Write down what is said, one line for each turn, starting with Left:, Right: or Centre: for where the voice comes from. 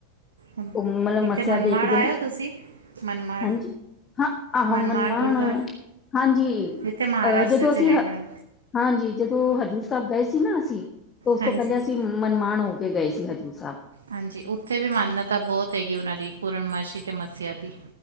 Right: ਹੁਣ
Left: ਉਹ ਮਲਬ
Right: ਇੱਥੇ
Left: ਮੱਸਿਆ
Right: ਮਨਮਾੜ
Left: ਦੀ ਇਕ ਦਿਨ
Right: ਆਇਓ ਤੁਸੀਂ ਮਨਮਾੜ
Left: ਹਾਂਜੀ ਹ ਆਹੋ
Right: ਮਨਮਾੜ
Left: ਮਨਮਾਣ
Right: ਗੁਰਦੁਆਰਾ
Left: ਹਾਂਜੀ
Right: ਜਿੱਥੇ ਮਹਾਰਾਸ਼ਟਰ
Left: ਅਹ ਜਦੋਂ
Right: 'ਚ
Left: ਅਸੀਂ
Right: ਹੈਗਾ
Left: ਹ ਹਾਂਜੀ, ਜਦੋਂ ਹਜ਼ੂਰ ਸਾਹਿਬ ਗਏ ਸੀ ਨਾ, ਅਸੀਂ ਤਾਂ ਉਸ ਤੋਂ
Right: ਹਾਂਜੀ
Left: ਪਹਿਲੇ ਅਸੀਂ ਮਨਮਾਨ ਹੋ ਕੇ ਗਏ ਸੀ, ਹਜ਼ੂਰ ਸਾਹਿਬ।
Right: ਹਾਂਜੀ, ਉੱਥੇ ਵੀ ਮਾਨਤਾ ਬਹੁਤ ਹੈਗੀ। ਉਨਾਂ ਦੀ ਪੂਰਨਮਾਸ਼ੀ ਤੇ ਮੱਸਿਆ ਦੀ